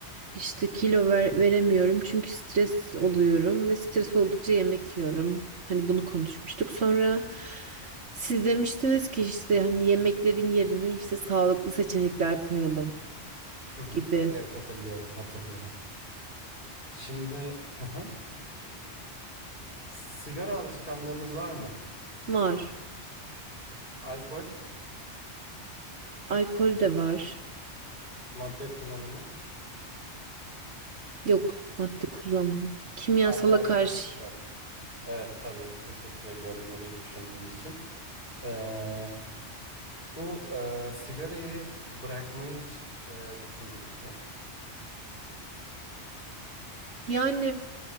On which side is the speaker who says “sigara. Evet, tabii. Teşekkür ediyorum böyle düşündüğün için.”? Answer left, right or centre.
Left